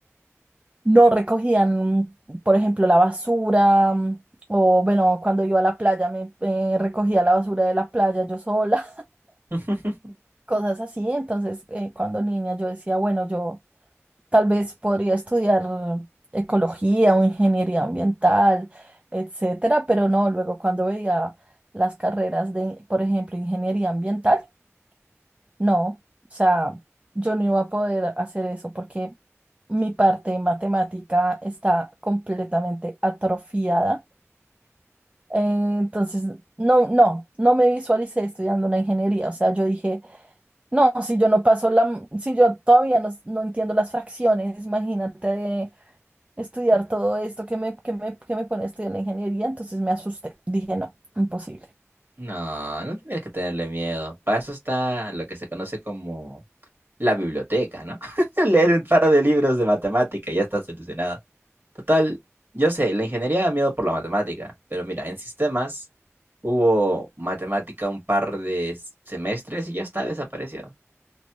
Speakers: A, on the right; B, on the right.
A: no recogían, por ejemplo, la basura, mm, o bueno, cuando iba a la playa me eh, recogía la basura de la playa yo sola,
B: <laughs>
A: <laughs> cosas así. Entonces, eh, cuando niña yo decía, bueno, yo tal vez podría estudiar ecología o ingeniería ambiental, etcétera, pero no, luego cuando veía las carreras de, por ejemplo, ingeniería ambiental, No, o sea, yo no iba a poder hacer eso porque mi parte de matemática está completamente atrofiada. Eh, entonces, no, no, no me visualicé estudiando una ingeniería. O sea, yo dije, no, si yo no paso la, si yo todavía no, no entiendo las fracciones, imagínate de estudiar todo esto que me, que me, que me pone a estudiar la ingeniería. Entonces me asusté. Dije, no, imposible.
B: No, no tienes que tenerle miedo. Para eso está lo que se conoce como la biblioteca, ¿no? <laughs> Leer un par de libros de matemática, ya está solucionado. Total, yo sé, la ingeniería da miedo por la matemática, pero mira, en sistemas hubo matemática un par de s- semestres y ya está, desapareció.